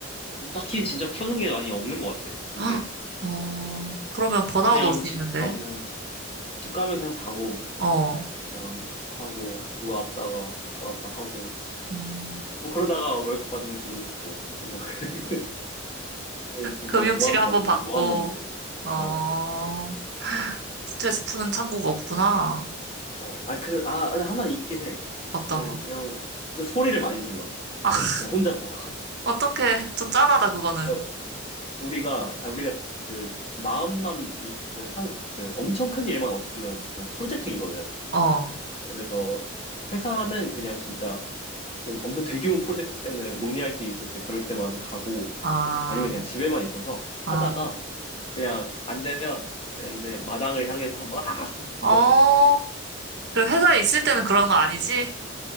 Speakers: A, on the left; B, on the right.
A: 딱히 진짜 푸는 게 많이 없는 것 같아. 근데,
B: <gasps> 헉, 어, 그러면 번아웃
A: 그냥
B: 올 수
A: 집
B: 있는데,
A: 가면, 집 가면 그냥 자고,
B: 어,
A: 그냥 하고, 뭐 왔다가, 왔다 갔다 하고,
B: 음,
A: 뭐 그러다가 월급 받으면 기분 좋고, 뭐, <laughs> 이게 진짜
B: 금융치료
A: 무한
B: 한번
A: 반복,
B: 받고,
A: 무한 반복이야.
B: 어,
A: 어,
B: 스트레스 푸는 창구가 없구나.
A: 어. 아, 그, 아, 근데 하나 있긴 해.
B: 어떤
A: 그,
B: 거?
A: 그냥, 진짜 소리를 많이 질러. 그냥,
B: <laughs>
A: 그냥 혼자서.
B: 어떻게 좀 짠하다 그거는.
A: 야, 우리가 아, 우리가 그 마음만 이- 그 상 그 엄청 큰 일만 없으면 그냥 풀재택이거든.
B: 어,
A: 그래서 회사는 그냥 진짜 좀 엄청 대규모 프로젝트 때문에 논의할 게 있을 때 그럴 때만 가고
B: 아.
A: 아니면 그냥 집에만 있어서
B: 아,
A: 하다가 그냥 안 되면 그냥 이제 마당을 향해서 막 <laughs>
B: 어, 그래, 회사에 있을 때는 그런 거 아니지?